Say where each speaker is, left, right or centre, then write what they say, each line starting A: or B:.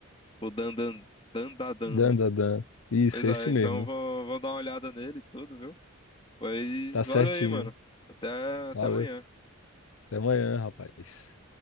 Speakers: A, on the left; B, on the left.
A: O Dandan, Dandadan,
B: Dan,
A: né?
B: dan, dan. Isso,
A: Pois é,
B: é esse mesmo.
A: então eu vou, vou dar uma olhada nele e tudo, viu? Pois
B: Tá certinho.
A: valeu aí, mano. Até, até
B: Valeu.
A: amanhã.
B: Até amanhã, rapaz.